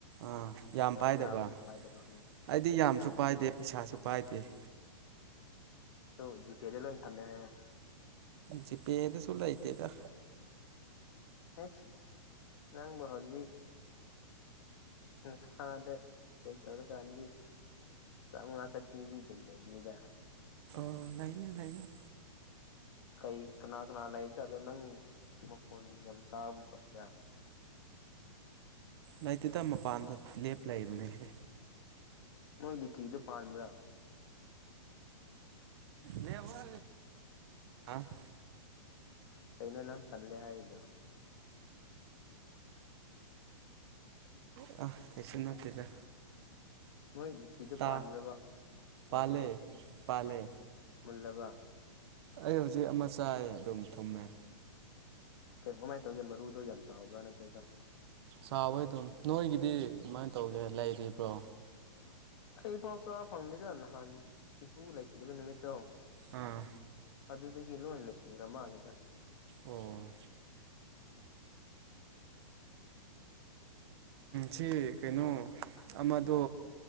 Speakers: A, on the right; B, on the left.
A: ꯑꯥ ꯌꯥꯝ ꯄꯥꯏꯗꯕ
B: ꯌꯥꯝꯅ ꯄꯥꯏꯗꯕ ꯎꯝ
A: ꯑꯩꯗꯤ ꯌꯥꯝꯁꯨ ꯄꯥꯏꯗꯦ ꯄꯩꯁꯥꯁꯨ ꯄꯥꯏꯗꯦ
B: ꯇꯣ ꯖꯤꯄꯦꯗ ꯂꯣꯏ ꯊꯝꯃꯦ ꯍꯥꯏꯣ
A: ꯖꯤ ꯄꯦꯗ ꯆꯨꯂ ꯑꯥꯏꯇꯗ
B: ꯍꯁ ꯅꯪꯕꯨ ꯍꯧꯖꯤꯛ ꯅꯨꯡꯁꯥꯗ ꯆꯦꯛ ꯇꯧꯔꯀꯥꯟꯗꯤ ꯆꯥꯃꯉꯥ ꯆꯠꯄꯤꯗꯤ ꯑꯗꯨꯝ ꯂꯩꯔꯅꯤꯗ
A: ꯑꯣ ꯂꯩꯥꯏꯅꯦ ꯂꯩꯥꯏꯅꯦ
B: ꯀꯩ ꯀꯅꯥ ꯀꯅꯥ ꯂꯩꯔꯤꯕ ꯥꯠꯂꯣ ꯅꯪ ꯃꯈꯣꯟ ꯌꯥꯝ ꯇꯥꯕ ꯇꯧꯕ ꯌꯥ
A: ꯂꯩꯇꯗ ꯃꯄꯥꯟꯗ ꯂꯦꯞ ꯂꯩꯕꯅꯦꯍꯦ
B: ꯃꯣꯏ ꯂꯤꯇ꯭ꯔꯤꯗꯨ ꯄꯥꯟꯕ꯭ꯔꯥ
A: ꯗꯕ ꯑ <inaudible>
B: ꯀꯩꯅꯣ ꯅꯪ ꯇꯜꯂꯦ ꯍꯥꯏꯗꯨ
A: ꯑ ꯀꯩꯁꯨ ꯅꯠꯇꯦꯗ
B: ꯃꯣꯏ ꯂꯤꯆꯤꯗꯣ
A: ꯇꯥ
B: ꯄꯥꯟꯕ꯭ꯔꯕ ꯌꯦꯡꯉꯣꯕ
A: ꯄꯥꯜꯂꯦ ꯄꯥꯜꯂꯦ
B: ꯃꯨꯜꯂꯕ
A: ꯑꯩ ꯍꯧꯖꯤꯛ ꯑꯃ ꯆꯥꯢ ꯑꯗꯨꯝ ꯊꯨꯝꯃꯦ
B: ꯀꯩ ꯀꯃꯥꯏꯅ ꯇꯧꯒꯦ ꯃꯔꯨꯗꯣ ꯌꯥꯝ ꯆꯥꯎꯕ꯭ꯔꯥ ꯅꯠꯇ꯭ꯔꯒ
A: ꯆꯥꯎꯌꯦ ꯑꯗꯨꯝ ꯅꯣꯏꯒꯤꯗꯤ ꯀꯃꯥꯏꯅ ꯇꯧꯒꯦ ꯂꯩꯔꯤꯕ꯭ꯔꯣ
B: ꯑꯩ ꯄꯥꯎ ꯆꯥ ꯐꯪꯗꯦꯗ ꯅꯍꯥꯟ ꯏꯄꯨ ꯂꯩꯈꯤꯗꯕ ꯅꯨꯃꯤꯠꯇꯣ
A: ꯑꯥ
B: ꯑꯗꯨꯗꯒꯤ ꯂꯣꯢ ꯂꯣꯏꯁꯤꯟ꯭ꯈꯔ ꯃꯥꯜꯂꯤꯗ
A: ꯑꯣ ꯁꯤ ꯀꯩꯅꯣ ꯑꯃꯗꯣ